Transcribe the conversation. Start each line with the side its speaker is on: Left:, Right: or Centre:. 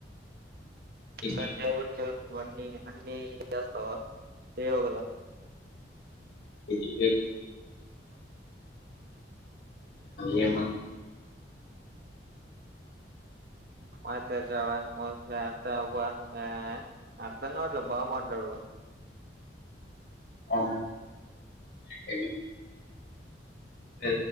Left: ఇది
Right: సరిజవుతువ నువ్ అన్నీ అన్న <inaudible> మీ దస్తావా చెయ్యవ్ కద
Left: ది ఏ మ మన్నా <inaudible>
Right: ఆచ చవాఓ అవ్వ ఆ అర్ధం కావట్లే బాగా మాట్లాడువా <inaudible>
Left: అ సరే ఏ